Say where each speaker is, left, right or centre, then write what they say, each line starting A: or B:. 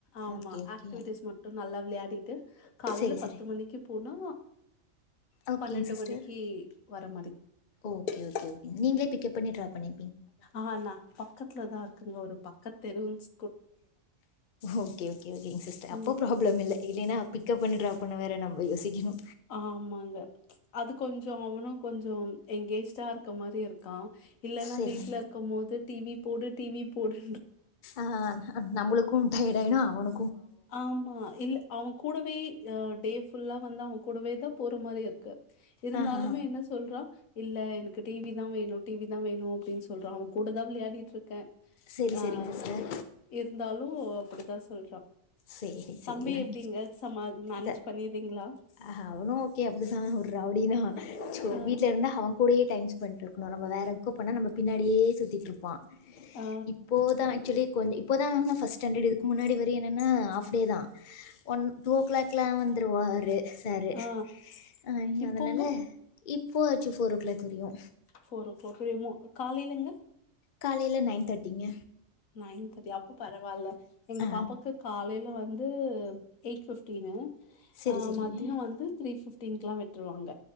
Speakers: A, on the left; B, on the left.
A: ஆமா
B: ஓகே ஓகே
A: ஆக்டிவிட்டிஸ் மட்டும் நல்லா விளையாடிட்டு காலையில
B: செரி செரி
A: பத்து மணிக்கு போனா
B: ஓகேங்
A: பனெண்டு
B: சிஸ்டர்
A: மணிக்கு வரமாரி
B: ஓகே ஓகே ஒகே நீங்ளே பிக்க்ப் பண்ணி ட்ராப் பண்ணி
A: ஆனா பக்கத்லதான் இருக்குங்க ஒரு ப கத் தெரூன்ஸ்
B: ஓகே ஓகேஒகேங் சிஸ்டர் அப்போ
A: ம்
B: ப்ராப்ளம் இல்ல இலனா பிகப் பண்ணு ட்ராப் பண்ண வேர நம்ம யோசிக்கினு
A: ஆமாங்க அது கொஞ்சொ அவனு கொஞ்சொ எங்கேஜ்டா இருக்க மாரி இருக்கான் இல்லன்னா
B: செரி
A: வீட்ல இருக்கும் போது டி வி போடு டி வி போடு
B: ஆஹ் நம்மளுக்கும் டையடாய்டும் அவனு
A: ஆமா இல்ல அவன் கூடவே அஹ் டே ஃபுல்லா வந்து அவன் கூடவே தா போற மாரி இருக்கு இருந்தாலுமே
B: ஆ ஆ
A: என்ன சொல்றா இல்ல எனக்கு டி வி தான் வேணு டி வி தான் வேணு அப்டின் சொல்றான் அவன் கூடதா விளையாடிட்டிருக்கேன்
B: செரி
A: ஆஹ்
B: செரிங்க சிஸ்டர்
A: இருந்தாலு அப்டிதா சொல்றா
B: சேரி சேரி
A: தம்பி
B: ஓகே
A: எப்டிங்க சமா மேனேஜ்
B: த
A: பண்ணிறீங்களா
B: ஆஹ் அவனு ஓகே அப்டிதான் ஒர்ரௌடி தா சு
A: ஆ
B: வீட்ல இருந்தா அவன் கூடயே டைம் பண்ட்ருக்கணு நம்ம வேற எத்கோ போனா நம்ப பின்னாடியே சுத்திட்ருப் பான்
A: ஆ
B: இப்போதா ஆக்சுலி கொஞ் இப்போதான் ஃபஸ்டான்டட் இதுக்கு முன்னாடி வரையு என ன்னா ஆஃப்டே தான் ஒன் டூ ஓ க்ளாக் லா வந்துருவாரு சாரு
A: ஆ
B: அஹ்
A: இப்போங்க
B: அதனால இப்போ ஆச்சு ஃபோர் ஓ க்ளாக் வரையு
A: ஃபோர் ஓ க்ளாக் வரையுமா காலேலங்க
B: காலேல நைன் தாட்டிங்க
A: நைன் தாட்டியா அப் ப பரவால்ல எங்க
B: ஆ
A: பாப்பாக்கு காலேல வந் து எயிட் ஃபிஃப்டீனு
B: செரி
A: ஆஹ்
B: செரிங்க
A: மதியம் வந்து த்ரீ ஃபிஃப் டீன்க்கு லா விட்ருவாங்க